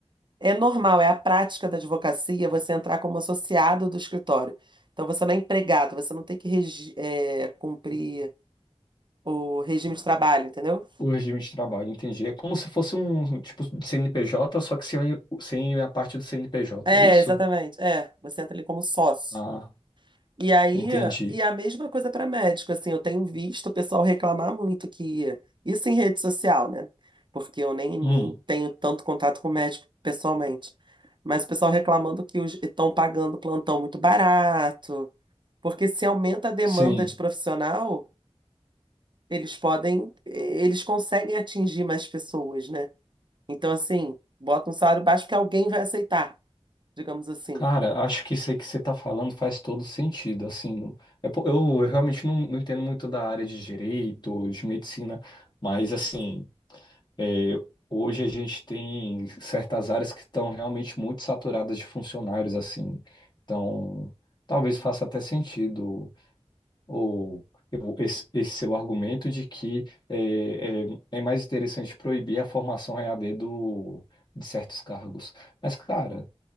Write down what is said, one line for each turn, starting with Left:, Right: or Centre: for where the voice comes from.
Right: É normal, é a prática da advocacia você entrar como associado do escritório. Então você não é empregado, você não tem que regi- é, cumprir o regime de trabalho, entendeu?
Left: o regime de trabalho, entendi. É como se fosse um um tipo de CNPJ, só que sem, sem a parte do CNPJ,
Right: É,
Left: é isso?
Right: exatamente. É, você entra ali como sócio.
Left: Ah,
Right: E aí,
Left: entendi.
Right: e a mesma coisa para médico, assim, eu tenho visto o pessoal reclamar muito que isso em rede social, né? Porque eu nem,
Left: Hum,
Right: nem tenho tanto contato com médico pessoalmente. Mas o pessoal reclamando que os estão pagando plantão muito barato, porque se aumenta a demanda
Left: sim.
Right: de profissional, eles podem, eles conseguem atingir mais pessoas, né? Então, assim, bota um salário baixo que alguém vai aceitar, digamos assim.
Left: Cara, acho que isso aí que você tá falando faz todo sentido, assim, é po- eu, eu realmente não, não entendo muito da área de direito, de medicina, mas, assim, É, hoje a gente tem certas áreas que estão realmente muito saturadas de funcionários, assim. Então, talvez faça até sentido ou, eu- esse, esse seu argumento de que é, é- é mais interessante proibir a formação EAD do, de certos cargos. Mas, cara,